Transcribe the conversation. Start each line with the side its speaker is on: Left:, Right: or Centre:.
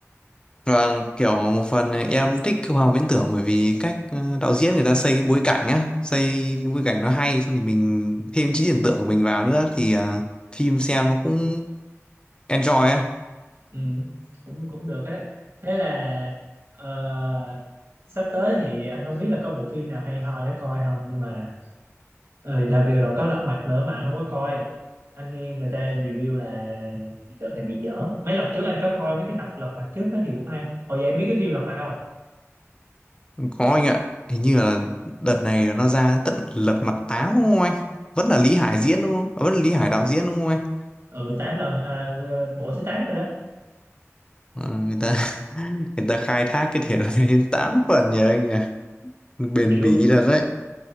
Left: Vâng, kiểu một phần em thích khoa học viễn tưởng bởi vì cách ờ, đạo diễn người ta xây cái bối cảnh á, xây cái bối cảnh nó hay xong thì mình thêm trí tưởng tượng của mình vào nữa thì ờ, phim xem nó cũng enjoy á.
Right: ừ, cũng cũng được á thế là ờ, sắp tới thì anh không biết là có bộ phim nào hay ho để coi không nhưng mà ừ, đợt vừa rồi có Lật Mặt nữa mà anh không có coi anh nghe người ta review là đợt này bị dở mấy lần trước anh có coi mấy cái tập Lật Mặt trước đó thì cũng hay hồi vậy em biết cái phim Lật Mặt không
Left: Có anh ạ, hình như là đợt này là nó ra tận Lật Mặt Tám đúng không anh? Vẫn là Lý Hải diễn đúng không? À, Vẫn là Lý Hải đạo diễn đúng không anh?
Right: ừ tám lần à, ờ, bộ thứ tám rồi đó
Left: Ờ, người ta <laughs> người ta khai thác cái thể loại <laughs> đến 8 phần nhỉ anh nhỉ? Bền
Right: kiểu
Left: bỉ thật đấy.